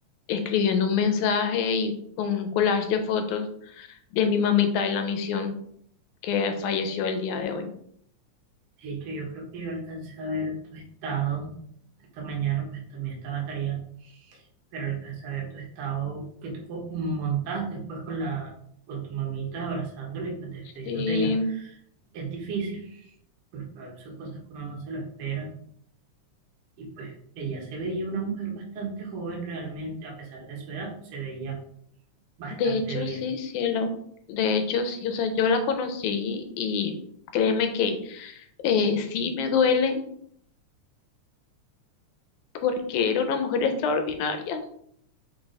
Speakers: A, on the left (about 80°); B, on the right (about 65°).
A: escribiendo un mensaje y con un collage de fotos de mi mamita de la misión que falleció el día de hoy.
B: De hecho, yo creo que yo alcancé a ver tu estado esta mañana, pues también estaba tarea pero alcancé a ver tu estado que tú co- montaste después con la, con tu mamita abrazándola y pues despidiéndote
A: Sí,
B: de ella. Es difícil, pues pa- son cosas que uno no se lo espera y pues ella se veía una mujer bastante joven realmente, a pesar de su edad, se veía bastante
A: de hecho
B: bien.
A: sí, cielo. De hecho, sí, o sea, yo la conocí y créeme que eh, sí me duele porque era una mujer extraordinaria.